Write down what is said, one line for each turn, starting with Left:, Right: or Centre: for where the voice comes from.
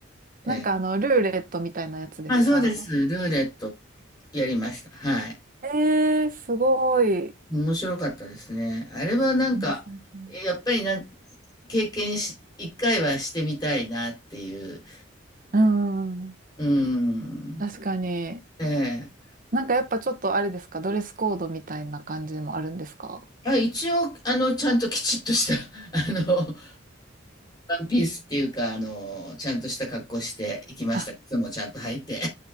Left: ええ。
Right: なんかあの、ルーレットみたいなやつですか
Left: まあ、そうです。ルーレットやりました。はい。
Right: ええすごい。
Left: 面白かったですね。あれはなんか、
Right: 面白い。
Left: やっぱりなん、経験し、一回はしてみたいなっていう。
Right: うん、
Left: うん。
Right: 確かに。
Left: ええ。
Right: なんかやっぱちょっとあれですか、ドレスコードみたいな感じもあるんですか
Left: あ、一応、あの、ちゃんときちっとした、<laughs> あの、ワンピースっていうか、あの、ちゃんとした格好して行きました。
Right: あ
Left: 靴もちゃんと履いて。